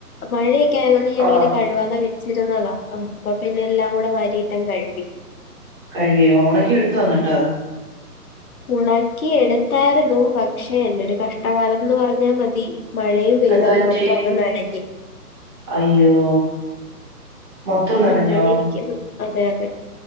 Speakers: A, on the left; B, on the right.
A: മഴയൊക്കായതുകൊണ്ട് ഞാനിങ്ങനെ
B: ആഹ്
A: കഴിവാതെ വെച്ചിരുന്നതാ അപ്പൊ പിന്നെ എല്ലാം കൂടെ വാരി എല്ലാ എഴ്തി
B: കഴിവിയോണക്കെട്ത്തോ അന്ന്ട്ട്.
A: ഒണക്കി എട്ത്തായിര്ന്നു പക്ഷെ എൻ്റൊരു കഷ്ടകാലംന്ന് പർഞ്ഞാ മതി മഴയും പെയ്ത്
B: എന്ത്
A: അത്
B: പറ്റി
A: മൊത്തം അങ്ങ് നനഞ്ഞ്
B: അയ്യോ മൊത്തം നനഞ്ഞോ?
A: അങ്ങനെ ഇരിക്കുന്നു അതെ യതെ